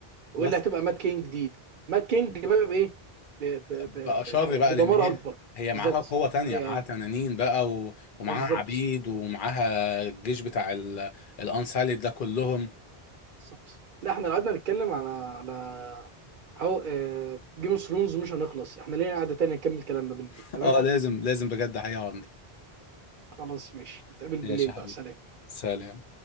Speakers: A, on the right; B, on the left.
A: واللي
B: بس
A: هتبقى مات كينج جديد مات كينج بقى بايه ب- ب-
B: بقى
A: ب-
B: شر
A: ب- ب-
B: بقى
A: بدمار
B: لان هي
A: اكبر
B: هي
A: بالظبط
B: معاها قوة تانية
A: ايوه
B: معاها
A: ايوه
B: تنانين بقى و... ومعاها
A: بالظبط
B: عبيد ومعاها الجيش بتاع ال... الانساليد ده كلهم
A: بالظبط لا احنا لو قعدنا نتكلم على على هاو جيم اوف ثرونز مش هنخلص احنا لينا قعدة تانية نكمل الكلام ده بالليل
B: <laughs>
A: تمام
B: اه لازم لازم بجد حقيقة عمدة
A: خلاص ماشي نتقابل بالليل
B: ماشي يا
A: بقى
B: حبيبي
A: سلام
B: سلام